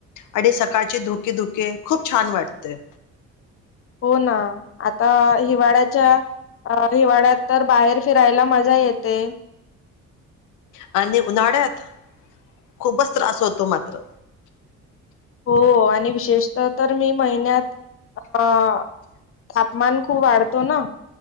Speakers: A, on the left; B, on the left.
A: आणि सकाळचे धुके -धुके खूप छान वाटते.
B: हो ना आता हिवाळ्याच्या हिवाळ्यात. तर बाहेर फिरायला मजा येते.
A: आणि उन्हाळ्यात खूपच त्रास होतो मात्र.
B: हो आणि विशेषतः तर मी महिन्यात तापमान खूप वाढतो ना?